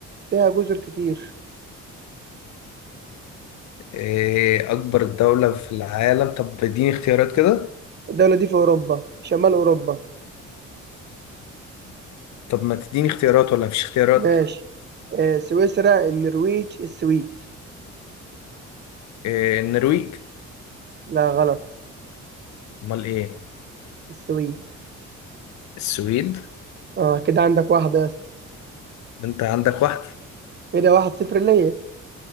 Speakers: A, on the right (about 35°); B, on the left (about 70°).
A: فيها جزر كتير
B: إيه أكبر دولة في العالم طب اديني اختيارات كده
A: الدولة دي في أوروبا شمال أوروبا
B: طب ما تديني اختيارات ولا مفيش اختيارات
A: ماشي آه سويسرا النرويج السويد
B: إيه النرويج
A: لا غلط
B: أمال إيه
A: السويد
B: السويد
A: اه كده عندك واحدة يا اسطى
B: ده أنت عندك واحدة
A: كده واحد صفر ليا